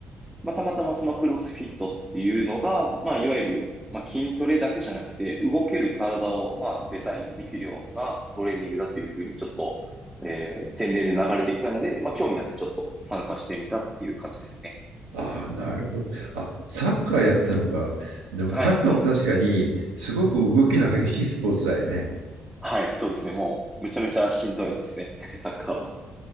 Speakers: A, in the centre; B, on the right.
A: まあ、たまたまそのクロスフィットっていうのが、まあ、いわゆる、まあ、筋トレだけじゃなくて、動ける体を、まあ、デザインできるようなトレーニングだというふうに、ちょっと、えー、宣伝で流れてきたので、まあ、興味あってちょっと参加してみたっていう感じですね。
B: ああ、なるほど。あ、サッカーやってたのか。でもサッカーも確かにすごく動きの激しいスポーツだよね。
A: はい、そうですね。はい、そうですね。もう、めちゃめちゃしんどいですね。<laughs> サッカーは。